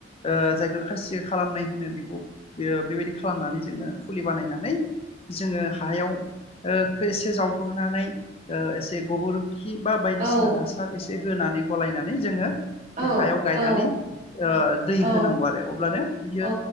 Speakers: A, on the left; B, on the right.
A: ओ जायखो खासि खालामनाय होनो बेखौ बेयो बेबायदि खालामनानै जोङो फुलि बानायनानै जोङो हायाव ओ खो एसे जावग्रोनानै एसे गोबर खि बा बायदिसिना
B: औ
A: हासार एसे होनानै गलायना नै जोङो
B: औ
A: बे हायाव गायनानै
B: औ
A: ओ दै
B: औ
A: होनांगौ आरो अब्लानो बियो
B: औ